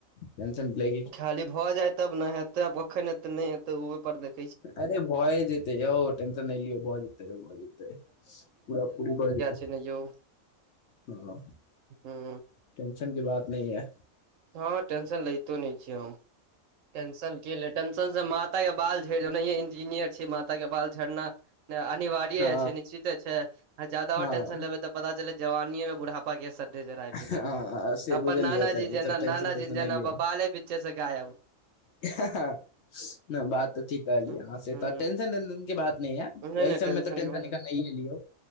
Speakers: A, on the left; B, on the right.
A: Tension play.
B: खाली भऽ जाय तब ने हेते आब ओखन एते नहि हेते ओहे पर देख।
A: अरे भए जेतै यौ टेंशन नहि लियौ भए जेतै भए जेतै पूरा पू भए जेतै।
B: चनै यौ।
A: ह
B: हूँ
A: टेंशन की बात नहीं ये
B: हँ टेंशन लैतो नहि छी हम टेंशन के ली टेंशन से मा। ता बाल झेड़ ने यऽ इंजीनियर छै माता के बाल झड़ना। अनिवार्य
A: हँ
B: अछै निश्चिते अछै जादाा
A: हँ
B: टेंशन लेबे त पता चले जवानीे मे बुढ़ापा। पा के सधे आबि गेले
A: हँ से बुझलियै
B: नाना
A: तऽ
B: जी
A: ई
B: जेना
A: सब टेंशन
B: नाना
A: तेंशन
B: जी जेना
A: नहि लियौ
B: प। बाले बीचे छे से गायब।
A: नहि बात त ठीक कहलिय
B: हूँ
A: हंसे तो टंशन वेसन के बात। नहीं है
B: नहि
A: एहि
B: नहि
A: सबमे तऽ टेंशन
B: के
A: नहीं ले लियो।